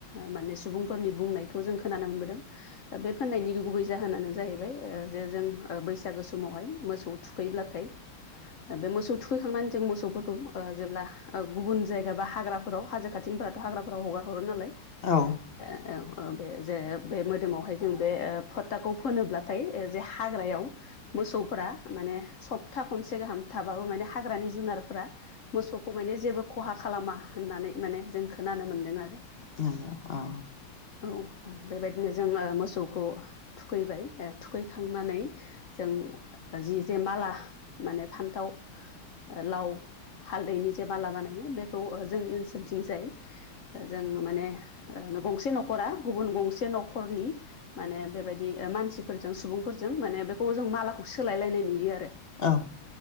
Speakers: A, on the left (about 60°); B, on the left (about 30°).
A: माने सुबुंफोरनि बुंनायखौ जों खोनानो मोनबोदों। बे फाननायनि गुबै जाहोनानो जाहैबाय जे जों बैसागो समावहाय मोसौ थुखैब्लाथाय
B: <inaudible>
A: बे मोसौ थुखैखांनानै जों मोसौफोरखौ जेब्ला गुबुन जायगा बा हाग्राफोराव हाजो खाथिनिफोराथ' हाग्राफोराव हगार हरो नालाय।
B: औ
A: औ औ बे जे बे मोदोमावहाय जों बे फथाखौ फोनोब्लाथाय जे हाग्रायाव मोसौफोरा माने सप्ता खनसे गाहाम थाबाबो माने हाग्रानि जुनारफोरा मोसौखौ माने जेबो खहा खालामा होननानै माने जों खोनानो मोनदों आरो
B: नौ औ
A: औ बेबायदिनो जोङो मोसौखौ थुखैबाय थुखैखांनानै जों जि जे माला माने फान्थाव लाव हालदैनि जे माला बानायो बेखौ जोंनि ओनसोलथिं जाय जों माने गंसे न'खरा गुबुन गंसे न'खरनि माने बेबायदि मानसिफोरजों सुबुंफोरजों माने बेखौ जों मालाखौ सोलायलायनाय नुयो आरो
B: औ